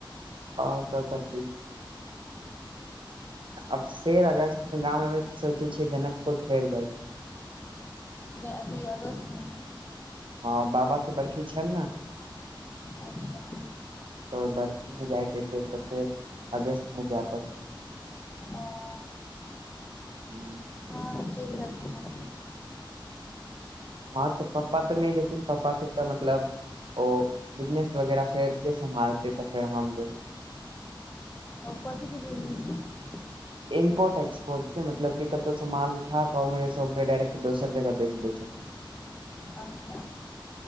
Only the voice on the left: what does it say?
अथी अगस्तमे
अच्छा
ओ
<unintelligible> हर छिज़ मे घुमो
आ कथीके बिजनेस छै?
अच्छा अच्छा